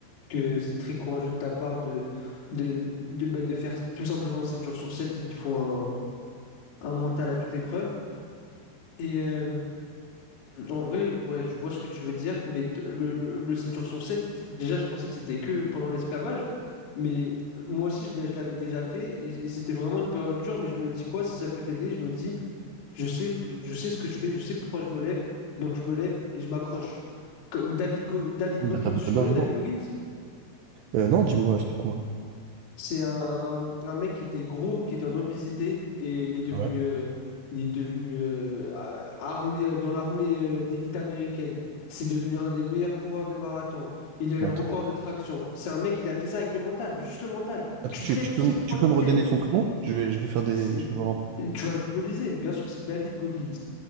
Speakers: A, on the left; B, on the right.
A: que c'est très courageux de ta part de, de, de, bah, de faire tout simplement sept jours sur sept Il faut un, un mental à toute épreuve. Et, En vrai, ouais, je vois ce que tu veux dire, mais t- le, le, le 7 jours sur 7, déjà, je pensais que c'était que pendant l'esclavage, mais euh, moi aussi, je l'ai- je l'avais déjà fait, et, et c'était vraiment une période dure, mais je me dis quoi, si ça peut t'aider, je me dis, je sais, je sais ce que je fais, je sais pourquoi je me lève, donc je me lève et je m'accroche. Co- David, Go- David
B: Oui,
A: Goggins,
B: bah, t'as t'as
A: tu
B: bien
A: connais
B: raison.
A: David Goggins?
B: Euh, non, dis-moi, explique-moi.
A: C'est un, un mec qui était gros, qui était en obésité, et il est devenu,
B: Ah ouais.
A: euh, il est devenu euh, euh, armé, euh, dans l'armée euh, d'élite américaine. C'est devenu un des meilleurs coureurs de marathon. Il a eu
B: Non,
A: le
B: attends,
A: record de traction. C'est un mec, il a fait ça avec le mental, juste le mental.
B: Attends,
A: Tu
B: tu,
A: te lèves,
B: tu
A: tu
B: peux,
A: sais
B: me-
A: pourquoi
B: tu peux
A: tu
B: me
A: te
B: redonner
A: lèves.
B: son prénom? Je vais, je vais faire des,
A: C'est-
B: je vais voir un peu.
A: Tu vas le googliser, bien sûr, c'est David Goggins.